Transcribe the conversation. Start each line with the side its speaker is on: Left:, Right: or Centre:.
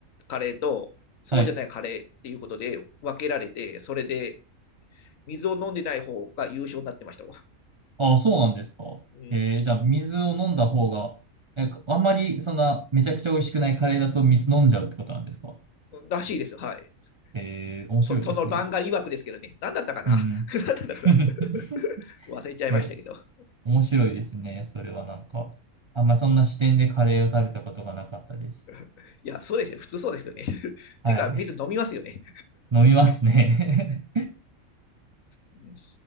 Left: カレーと、そうじゃないカレーっていうことで分けられて、
Right: はい。
Left: それで水を飲んでない方が優勝になってました
Right: ああ、そうなんですか。
Left: うん、
Right: えー、じゃあ、水を飲んだ方が、え、あんまり、そんな、めちゃくちゃ美味しくないカレーだと水飲んじゃうってことなんですか。
Left: らしいですよ、はい。
Right: えー、面白いですね。
Left: そその漫画曰くですけどね、何だったかな
Right: うんうん。
Left: <laughs> 何だったかな
Right: <laughs>
Left: 忘れちゃいましたけど。
Right: え、面白いですね。それはなんか、あんまりそんな視点でカレーを食べたことがなかったです。
Left: <laughs> いや、そうですよ、普通そうですよね。<laughs>
Right: はい。
Left: ていうか、水飲みますよね。
Right: <laughs> 飲みますね。
Left: <laughs>